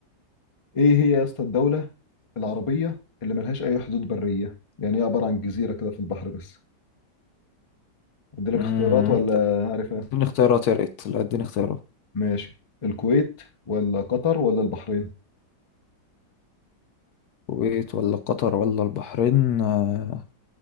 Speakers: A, on the left; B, on the left.
A: ايه هي يا اسطى الدوله العربيه اللي ملهاش اي حدود بريه يعني هي عباره عن جزيره كده في البحر بس ادي لك
B: امم
A: اختيارات ولا
B: طب
A: عارفها
B: اديني اختيارات يا ريت لا اديني اختيارات
A: ماشي الكويت ولا قطر ولا البحرين
B: الكويت ولا قطر ولا البحرين آه،